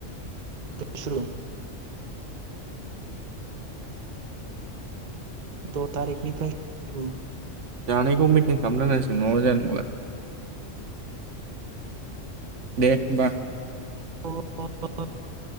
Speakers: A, on the right; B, on the right.
A: <inaudible> सुरु द' थारिखनिफ्राय जेबो
B: जानायखौ मेन्टेन खालामनो होनांसिगोन नाङाबा जानाय नंला दे होमबा ।
A: ओ